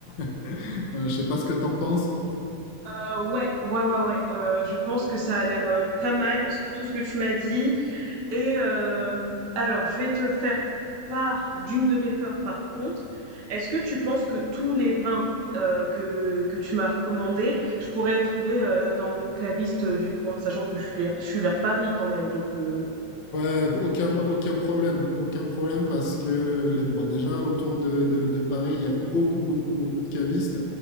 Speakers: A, on the left; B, on the right.
A: <laughs> Voilà, je sais pas ce que t'en penses.
B: Euh, ouais, ouais, ouais, ouais. Euh, je pense que ça a l'air euh, pas mal, c- tout ce que tu m'as dit. Et euh, alors, je vais te faire part d'une de mes peurs par contre. Est-ce que tu penses que tous les vins euh, que, que tu m'as recommandés, je pourrais les trouver euh, dans mon caviste euh, du coin, sachant que je suis, je suis vers Paris quand même. Donc, euh,
A: Ouais, aucun, aucun problème, aucun problème parce que les, bon, déjà autour de, de- de Paris, il y a beaucoup, beaucoup, beaucoup de cavistes.